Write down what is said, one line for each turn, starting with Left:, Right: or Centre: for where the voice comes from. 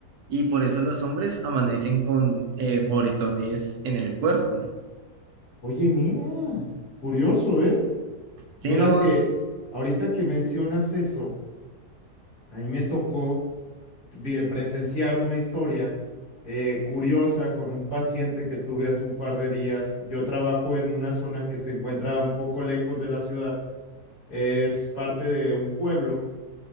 Right: y por eso los hombres amanecen con eh, moretones en el cuerpo.
Left: Oye, mira, curioso, ¿eh?
Right: Sí,
Left: Mira
Right: no,
Left: que ahorita que mencionas eso, ahí me tocó. vi- presenciar una historia eh, curiosa con un paciente que tuve hace un par de días. Yo trabajo en una zona que se encuentra un poco lejos de la ciudad. Es parte de un pueblo,